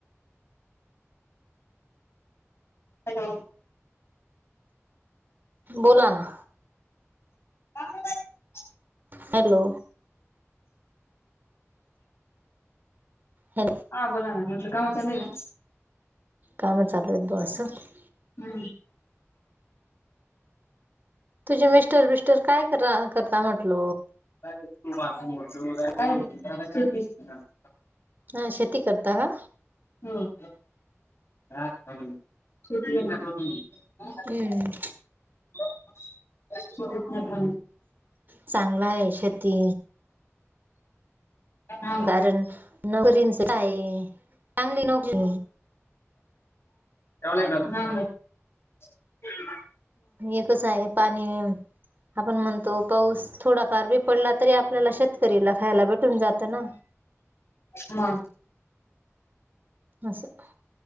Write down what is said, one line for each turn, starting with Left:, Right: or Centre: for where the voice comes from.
Left: हॅलो
Right: बोला ना.
Left: ह <unintelligible>
Right: हॅलो हॅ
Left: हा बोला ना म्हटलं काम चालेयल?
Right: काम चालत बसस
Left: हम्म
Right: तुझ्या मिस्टर बिस्टर काय करता म्हटल?
Left: <unintelligible>
Right: हा शेती करता का?
Left: हम् ह
Right: हम्म
Left: <unintelligible>
Right: चांगला आहे शेती
Left: हा मग
Right: कारण नोकरींच काय चांगली नोकरी
Left: <unintelligible>
Right: हे कस आहे पाणी आपण म्हणतो पाऊस थोडा फ ब पडला तरी आपल्याला शेतकरीला खायला भेटून जातं ना.
Left: ह
Right: अससं